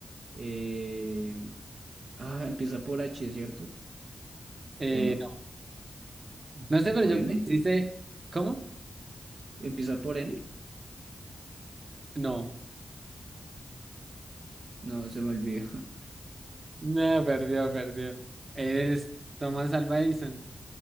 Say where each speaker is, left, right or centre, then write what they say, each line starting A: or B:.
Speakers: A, on the right; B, on the right.
A: Eh, ah, empieza por H, ¿cierto?
B: eh,
A: ¿O no?
B: no, no sé,
A: ¿O
B: pero
A: por
B: yo
A: N?
B: creo que sí sé... ¿Cómo?
A: ¿Empieza por N?
B: No.
A: No, se me olvidó. <laughs>
B: No, perdió, perdió. Es Thomas Alva Edison.